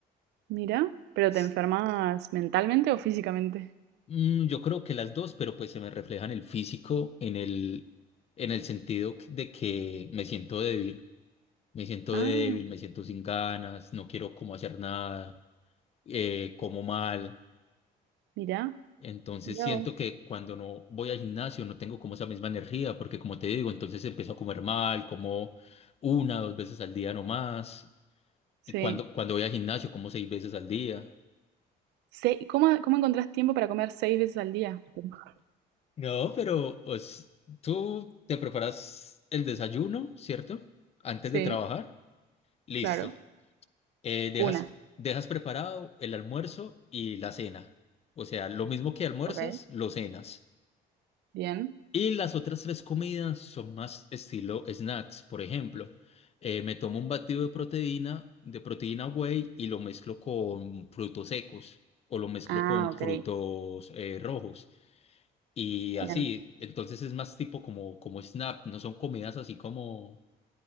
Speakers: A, on the right; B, on the left.
A: Mira, pero
B: S-
A: te enfermas mentalmente o físicamente.
B: mm, yo creo que las dos, pero pues se me refleja en el físico, en el, en el sentido de que me siento débil. Me siento
A: Ah,
B: débil, me siento sin ganas, no quiero como hacer nada. eh, como mal.
A: mira,
B: Entonces
A: mira
B: siento
A: vos.
B: que cuando no voy al gimnasio no tengo como esa misma energía, porque como te digo, entonces empiezo a comer mal, como una, dos veces al día no más.
A: Sí.
B: Y cuando, cuando voy al gimnasio, como seis veces al día.
A: Se- ¿Cómo, cómo encontrás tiempo para comer seis veces al día? <laughs>
B: No, pero pues, tú te preparas el desayuno, ¿cierto? Antes
A: Sí,
B: de trabajar. Listo.
A: claro.
B: Eh, dejas,
A: Una,
B: dejas preparado el almuerzo y la cena. O sea, lo mismo que almuerzas,
A: ok.
B: lo cenas.
A: Bien.
B: Y las otras tres comidas son más estilo snacks. Por ejemplo, eh, me tomo un batido de proteína, de proteína whey y lo mezclo con frutos secos o lo mezclo
A: Ah,
B: con
A: ok.
B: frutos eh, rojos. Y así,
A: Bien.
B: entonces es más tipo como, como snack, no son comidas así como...